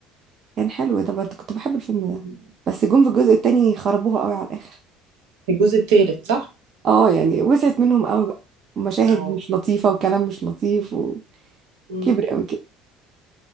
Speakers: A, on the right; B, on the right.
A: كان حلو ده برضه كنت بحب الفيلم ده
B: مم.
A: بس جم في الجزء التاني خربوها قوي على الآخر
B: الجزء الثالث صح؟
A: اه يعني وسعت منهم قوي بقى مشاهد
B: اه
A: مش لطيفة وكلام مش لطيف وكبر
B: امم
A: قوي كده